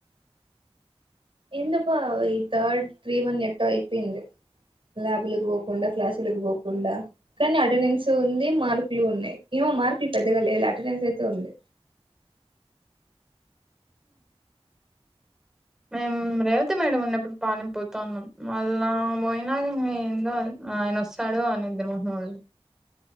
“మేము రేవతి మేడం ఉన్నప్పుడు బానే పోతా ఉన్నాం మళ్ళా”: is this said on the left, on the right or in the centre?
Centre